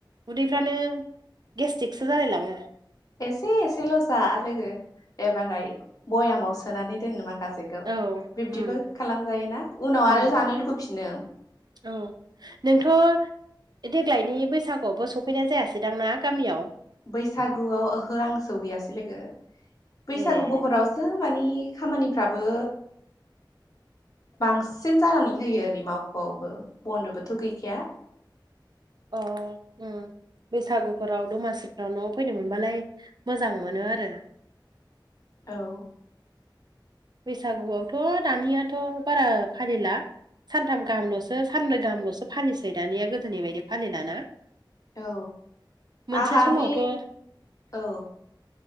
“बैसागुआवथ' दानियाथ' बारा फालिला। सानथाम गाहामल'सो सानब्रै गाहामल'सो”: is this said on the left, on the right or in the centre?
Right